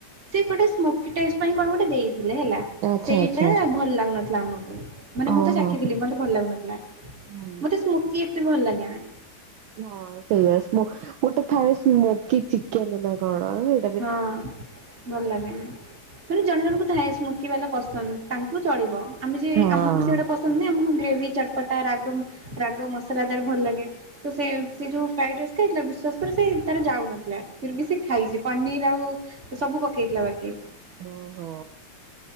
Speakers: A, on the right; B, on the right.
A: ସେ ଗୋଟେ ସ୍ମୋକି ଟେଷ୍ଟ ପାଇଁ କଣ ଗୋଟେ ଦେଇଥିଲେ ହେଲା।
B: ଆଚ୍ଛା
A: ସେଇଟା
B: ଆଚ୍ଛା
A: ଭଲ ଲାଗୁନଥିଲା ଆମକୁ। ମାନେ
B: ଓହୋ।
A: ମୁଁ ତ ଚାଖିଥିଲି। ମତେ ଭଲ ଲାଗୁନଥିଲା। ମତେ
B: ହୁଁ।
A: ସ୍ମୋକି ଏତେ ଭଲ ଲାଗେନା।
B: ହଁ ସେଇଆ ସ୍ମୋ ଗୋଟେ ଥାଏ ସ୍ମୋକି ଚିକେନ୍ ନାଁ କଣ ହେ
A: ହଁ। ଭଲ ଲାଗେନି ପୁଣି ଜଣେ ଜଣଙ୍କୁ ଥାଏ ସ୍ମୋକି ବାଲା ପସନ୍ଦ ତାଙ୍କୁ ଚଳିବ। ଆମେ ଯେ
B: ହଁ
A: ଆମୁକୁ ସେଉଡା ପସନ୍ଦ ନୁହେଁ। ଆମୁକୁ ଗ୍ରେଭି ଚଟ୍ ପଟା ରାଗମ୍ ରାଗ ମସଲାଦାର ଭଲ ଲାଗେ। ତ ସେ ସେ ଯୋଉ ଫ୍ରାଇଡ଼ ରାଇସ୍ ଖାଇଥିଲା ବିଶ୍ଵାସ କର ସେ ତାର ଯାଉନଥୁଲା। ଫିର୍ ବି ସେ ଖାଇଚି ପନିର୍ ଆଉ ସବୁ ପକେଇଥିଲା ବାକି।
B: ଓହୋ।